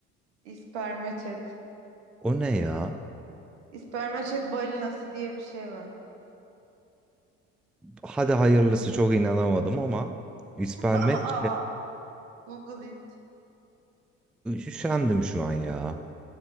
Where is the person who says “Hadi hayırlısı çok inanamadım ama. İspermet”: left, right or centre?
Centre